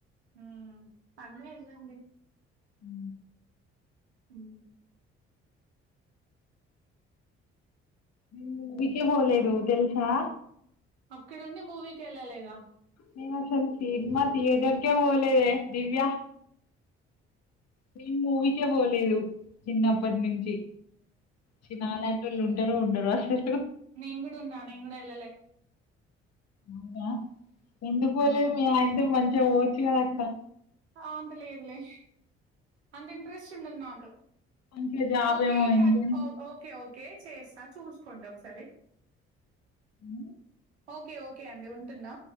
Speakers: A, on the right; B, on the left.
A: ఉ అన్ని వెళ్ళండి
B: ఉ
A: ఉ
B: ఉ మూవీకె పోలేదు తెలుసా
A: అక్కడ ఉండి మూవీకి వెళ్ళలేదా
B: నేను అసలు సినిమా థియేటర్ కె పోోలేదే దివ్యా నేను మూవీకే పోలేదు చిన్న అప్ ఇప్పటి నుంచి చిన్నాలలాంటి వాళ్ళు ఉంటారో ఉండరో అసలు
A: నేను కూడాడ ఉన్నా నేను కూడా వెళ్లలే
B: అవునా ఎందుకు పోలేదు మీ ఆయతో మంచిగా ఓచ్చు కదా అక్క
A: ఆ అంత లేదులే అంత ఇంటంట్రెస్ట్ ఉండదు నక్
B: మంచిగా జాబ్
A: ఓకే
B: ఏమో ఇంకేంది
A: కక్ ఓకే ఓకే కే చేస్తా చూసుకోండి ఒకసారి
B: ఉ
A: ఓకే ఓకే అండి ఉంటున్నా